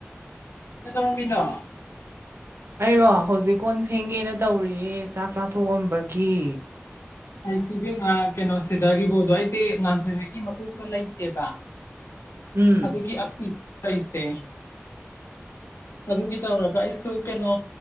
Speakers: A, on the left; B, on the right.
A: ꯀ ꯇꯧꯔꯝꯃꯤꯗꯣ
B: ꯑꯩꯔꯣ ꯍꯧꯖꯤꯛ ꯀꯣꯟ ꯐꯦꯡꯒꯦꯅ ꯇꯧꯔꯤꯌꯦ ꯆꯥꯛ ꯆꯥꯊꯣꯛꯑꯝꯕꯒꯤ
A: ꯑꯩꯁꯤꯕ ꯀꯩꯅꯣꯁꯤꯗꯒꯤꯀꯣꯗꯣ ꯑꯩꯁꯦ ꯉꯥꯟꯊꯣꯏꯉꯀꯤ ꯃꯀꯣꯛꯇꯣ ꯂꯩꯇꯦꯕ
B: ꯎꯝ
A: ꯑꯗꯨꯗꯒꯤ ꯑꯁꯇꯦ ꯑꯗꯨꯒꯤ ꯇꯧꯔꯒ ꯑꯩꯁꯨ ꯀꯩꯅꯣ